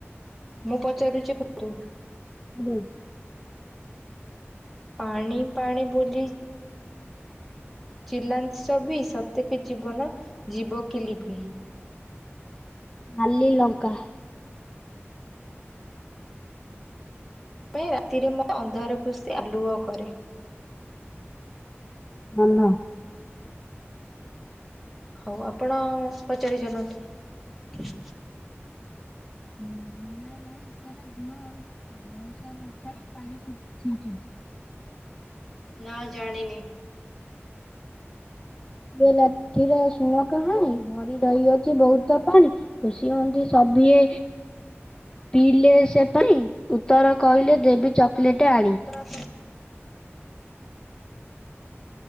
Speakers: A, in the centre; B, on the left.
A: ମୁଁ ପଚାରୁଛି କୁହନ୍ତୁ?
B: ଆଜ୍ଞା।
A: ପାଣି ପାଣି ବୋଲି ଚିଲାନ୍ତି ସଭିଏ ସତେକି ଜୀବନ ଜୀବକି ଲିଭି?
B: ନାଲି ଲଙ୍କା।
A: ରାତିରେ ମୋ ଅନ୍ଧାର କୁ ସିଏ ଆଲୁଅ କରେ?
B: ଜହ୍ନ।
A: ହଉ ଆପଣ ପଚାରି ଚାଲନ୍ତୁ।
B: ହୁଁ। ନିଆଁ ନାଇଁ ସାରା ଧୂଆଁ ଉଡୁଛି ବରଷା ନଥାଇ ପାଣିି ଛିଞ୍ଚୁଛି?
A: ନା ଜାଣିନି।
B: ଏ ଲଠିର ଶୁଣ କାହାଣୀ ଭରି ରହିଅଛି ବହୁତ ବହୁତ ପାଣି ଖୁସି ହୁଅନ୍ତି ସଭିିଏ ପିଇଲେ ସେ ପାଇଁ ଉତ୍ତର କହିଲେ ଦେବୀ ଚକୋଲେଟ ଆଣି।
A: <unintelligible>